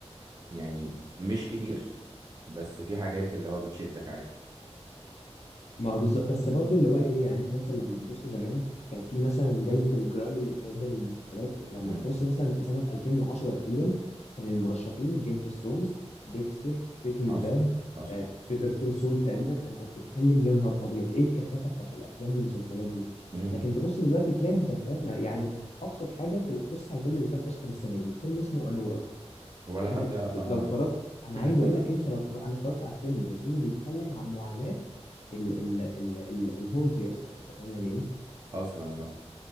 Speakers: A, on the right; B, on the left.
A: يعني مش كتير بس في حاجات اللي هو بتشدك عادي
B: ما هو بالظبط بس برضو اللي هو ايه يعني انت مثلا لما تبص زمان كان في مثلا جائزة الجرامي اللي بتدى للمسلسلات لما
A: امم
B: تبص مثلا في سنة 2010 تقريبا كان المرشحين جيم اوف ثرونز ديكستر بريكنج
A: حصل
B: باد
A: حصل
B: بيتر كول سول تقريبا فانت بتتكلم يا نهار ابيض ايه الكثافة بتاعت الافلام والمسلسلات دي
A: امم
B: لكن تبص دلوقتي تلاقي مسلسلات ما يعني ابسط حاجة تبص على الفيلم اللي خد اوسكار السنة دي فيلم اسمه انورا
A: ولا حد
B: انت ت-
A: يعرف عنه
B: لو اتفرجت
A: حاجة
B: انا
A: <laughs>
B: عايز اقول لك انت لو اتفرجت انا اتفرجت على فيلم الفيلم بيتكلم عن معاناة ال ال ال ال الهورز يا اسطى انت فاهم يعني ايه
A: أصلا بقى